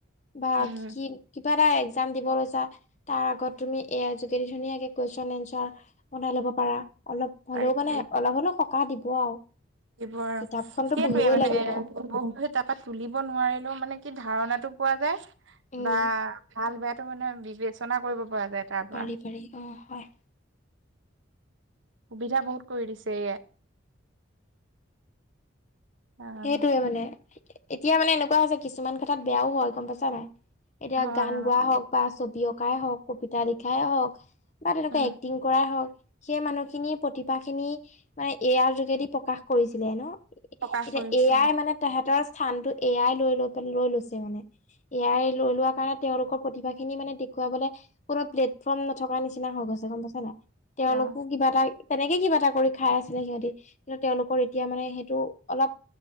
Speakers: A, on the left; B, on the right.
A: বা
B: উম,
A: কি কিবা এটা একজাম দিব লৈ বা তাৰ আগত তুমি এ আই যোগেদি ধুনীয়াকে কুৱেশন এনচাৰ বনাই লব পাৰা। অলপ
B: পাৰি
A: হলেও মানে
B: পাৰি
A: অলপ হ'লেও সকাহ দিব আৰু।
B: দিব আৰু
A: কিতাপখনতো
B: সেইটোৱে
A: পঢ়িবই
B: মানে
A: লাগিব
B: তাৰাপৰা তুলিব নোৱাৰিলেও মানে কি ধাৰণাটো পোৱা যায়
A: উম
B: বা ভাল বেয়াটো মানে বিবেচনা কৰিব পৰা যায় তাৰ পৰা।
A: পাৰি পাৰি অ হয়।
B: সুবিধা বহুত কৰি দিছে এ আই। অ'
A: সেইটোয়ে মানে, এতিয়া মানে এনেকুৱা যে কিছুমান কথাত বেয়াও হয় গম পাইছা নাই? এতিয়া
B: হয়
A: গান
B: অ'
A: গোৱাই হওক বা ছবি অঁকাই হওক, কবিতা লিখাই হওক বা তেনেকুৱা
B: উম,
A: এক্টিং কৰাই হওক সেই মানুহখিনিৰ প্ৰতিভাখিনি মানে এ আইৰ যোগেদি প্ৰকাশ কৰিছিলে ন।
B: প্ৰকাশ
A: এতিয়া
B: কৰিছে।
A: এ আই মানে তেহেতৰ স্থানটো এ আই লৈ লৈ প লৈ লৈছে মানে। এ আই লৈ লোৱা কাৰণে তেওঁলোকৰ প্ৰতিভা খিনি মানে দেখুৱাবলে কোনো প্লেটফৰ্ম নথকা নিচিনা হৈ গল। পখন পচ না <inaudible> তেওঁলোকো
B: তেওঁ।
A: কিবা এটা তেনেকে কিবা এটা কৰি খাই আছিলে সিহঁতি কিন্তু তেওঁলোকৰ এতিয়া মানে হে টো অলপ